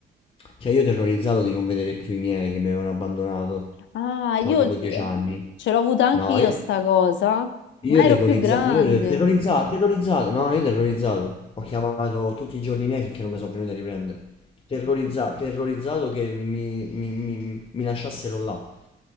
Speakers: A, on the left; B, on the left.
A: cioè io terrorizzato di non vedere più i miei che mi avevano abbandonato.
B: Ah,
A: C'avevo
B: io
A: tipo 10
B: eh,
A: anni.
B: ce l'ho avuta anche
A: No,
B: io
A: io...
B: sta cosa,
A: Io
B: ma ero
A: terrorizzato,
B: più grande.
A: io terrorizzato, terrorizzato, no, io terrorizzato. Ho chiamato tutti i giorni miei finché non mi sono venuti a riprendere. Terrorizzato, terrorizzato che mi, mi- mi- mi lasciassero là.